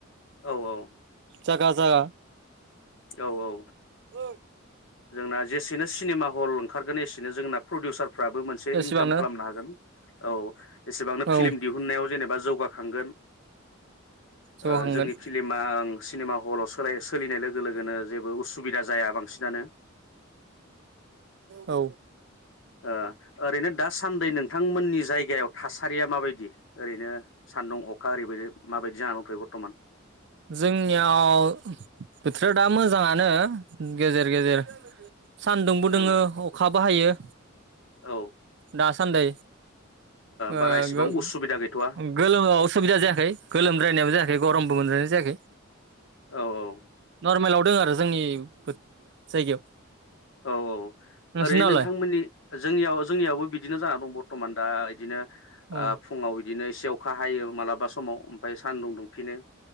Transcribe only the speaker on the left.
औ औ
औ औ
जोंना जेसेनो सिनेमा हल ओंखारगोन एसेनो जोंना प्रडिउसार फ्रबो मोनसे
इनकाम खालामनो हागोन। औ एसेबांनो
फिलम दिहुननायाव जेनेबा जौगाखांगोन।
ओ जोंनि फिल्मा ओं सिनेमा हलाव सोलाय सोलिनाय लोगो लोगोनो जेबो उसुबिदा जाया बांसिनानो।
ओ ओरैनो दासान्दि नोंथां मोननि जायगायाव थासारिया माबायदि ओरैनो सान्दुं अख अखा ओरैबायदि माबायदि जाना दंथ'यो बर बरथ'मान?
ओं
औ
बारा एसेबां
उसुबिदा गैथ'वा
औ औ
औ औ
ओरैनो नोंथांमोननि जोंनियाव जोंनियावबो बिदिनो जाना दं बरथ'मान दा इदिनो। ओ
फुङाव गदिनो इसे अ अखा हायो मालाबा समाव ओमफाय सान्दुं दुं फिनो